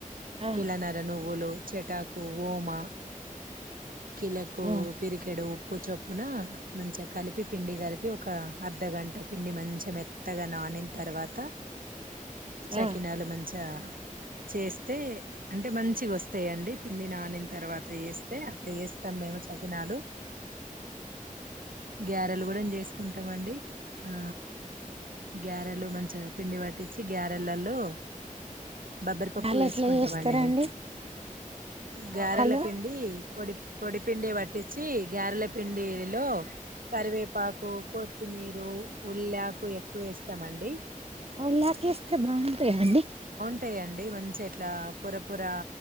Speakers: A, on the right; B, on the right.
A: ఆ
B: కిలనర నువ్వులు చిటాకు ఓమ కీలకు
A: ఆ
B: పిరికిడు ఉ ప్పు చొప్పున మంచిగా కలిపి పిండి కలిపి ఒక అర్ధగంట పిండి మంచిగా మెత్తగా నానిన తర్వాత సకినాలు
A: ఆ
B: మంచిగా చేస్తే అంటే మంచిగా వస్తాయండి పిండి నానిన తర్వాత చేస్తే అట్లా చేస్తాము మేము చకినాలు గ్యారెలు కూడా చేసుకుంటా ట్టమండి ఆ గ్యారెలు మంచి పిండి పట్టించి గ్యారెలలో బబ్బరిపప్పు
A: అలా
B: వేసుకుంటామ
A: ఎట్లా చేస్తారండి
B: అండి మేము గారెలపిండి
A: హలో
B: పొడి పొడిపిండి పట్టించి గారెలపిండిలో కరివేపాకు మరు కు ఎక్కువేస్తామండి
A: అలాహకిసుస్త బాగుంటాయ అండి.
B: ఉంటాడి మంచిగా ఇట్లా పొర పొర